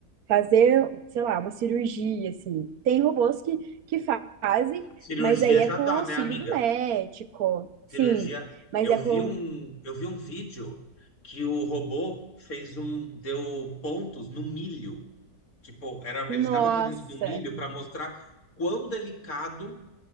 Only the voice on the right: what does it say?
fazer, sei lá, uma cirurgia, assim. Tem robôs que, que fa- fazem,
mas aí é
com
o auxílio
do médico.
Sim, mas
é
com.
Nossa!